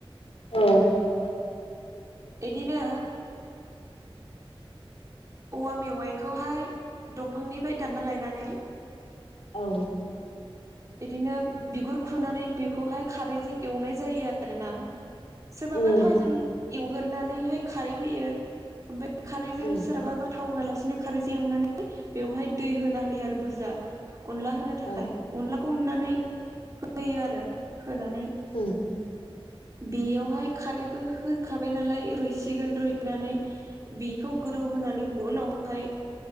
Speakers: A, on the left; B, on the right.
A: औ।
B: एदिनो औवा मेवाइखौहाय दंफांनिफ्राय दानना लायनानै
A: औ।
B: बिदिनो बिगुर खुनानै बेखौहाय खारैजों एवनाय जायो आरोना। सोरबाबा
A: उम
B: थावजों एवगोरनानैहाय खारै होयो ओमफ्राय बे खारैजों
A: उम
B: सोरहाबााबा थाव होआलासिनो खारैजों एवनानै बेवहाय दै होना होयो आरो बुरजा अनला होनो थाखाय।
A: औ
B: अनलाखौ उनानै होयो आरो होनानै
A: उम।
B: बेयावहाय खारैबो होखाबाय नालाय रुइसिगोन रुइनानै बेखौ गोदौ होनानै उनावहाय